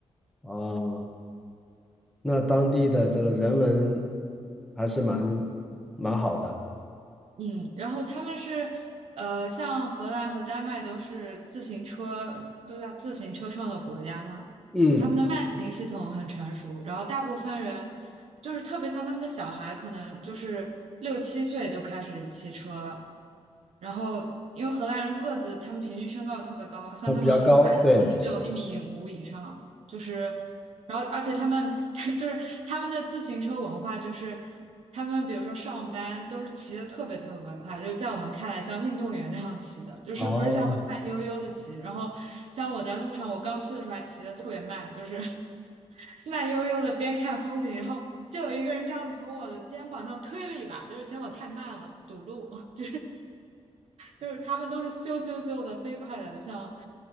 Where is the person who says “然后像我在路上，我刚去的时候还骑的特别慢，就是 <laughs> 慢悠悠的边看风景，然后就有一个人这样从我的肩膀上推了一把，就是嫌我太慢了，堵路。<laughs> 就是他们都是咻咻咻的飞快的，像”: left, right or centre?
Right